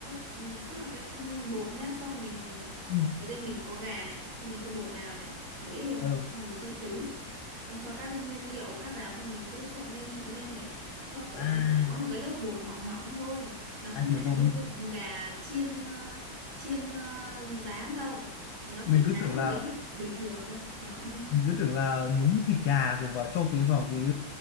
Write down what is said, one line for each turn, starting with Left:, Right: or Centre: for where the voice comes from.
Right: ừ, tức là cái bột nhá xong rồi mình
Left: ừ.
Right: đầu tiên mình có gà này xong mình cho bột vào này một ít rồi
Left: ờ
Right: xong rồi mình cho trứng xong cho các cái nguyên liệu khác vào xong mình cứ trộn lên trộn lên để cho kiểu
Left: à,
Right: nó chỉ có một cái lớp bột mỏng mỏng thôi nó không
Left: à
Right: phải
Left: hiểu rồi
Right: là như
Left: mình
Right: gà chiên ờ, chiên ờ, rán đâu nó
Left: mình
Right: chỉ
Left: cứ
Right: áo
Left: tưởng là
Right: một cái lớp bình thường thôi mỏng thôi
Left: mình cứ tưởng là nhúng thịt gà rồi vào cho cái vào cái